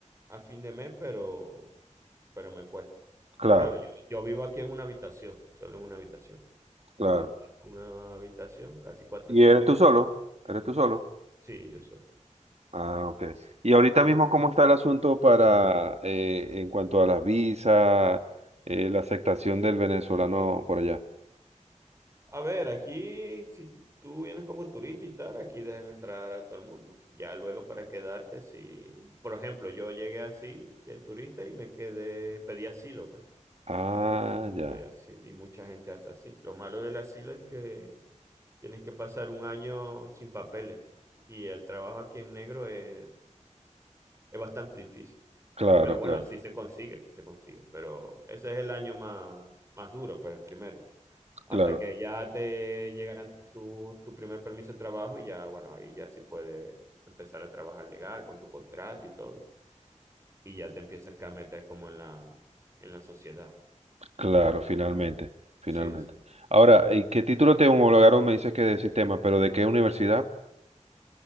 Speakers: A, on the right; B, on the right.
A: a fin de mes, pero, pero me cuesta.
B: Claro,
A: Claro, yo, yo vivo aquí en una habitación, solo en una habitación.
B: claro.
A: Yo pago una habitación, casi cuatrocientos
B: ¿Y eres tú solo?
A: euros.
B: ¿Eres tú solo?
A: Sí, yo solo.
B: Ah, ok. ¿Y ahorita
A: Y,
B: mismo cómo está el asunto para eh, en cuanto a las visas, eh, la aceptación del venezolano por allá?
A: a ver, aquí, si tú vienes como turista y tal, aquí dejan entrar a todo el mundo. Ya luego para quedarte, si, por ejemplo, yo llegué así de turista y me quedé, pedí asilo, pues.
B: Ah, ya.
A: Pero así, y mucha gente hace así. Lo malo del asilo es que tienes que pasar un año sin papeles y el trabajo aquí en negro es, es bastante difícil.
B: Claro,
A: Pero bueno,
B: claro,
A: sí se consigue, sí se consigue. Pero ese es el año más, más duro, pues el primero. Hasta
B: claro,
A: que ya te llegan tu, tu primer permiso de trabajo y ya, bueno, ahí ya sí puedes empezar a trabajar legal con tu contrato y todo. Y ya te empiezas acá a meter como en la, en la sociedad.
B: claro,
A: en la
B: finalmente,
A: sociedad.
B: finalmente.
A: Sí, sí.
B: Ahora, ¿y ¿qué título te homologaron? Me dices que de sistema, pero ¿de qué universidad?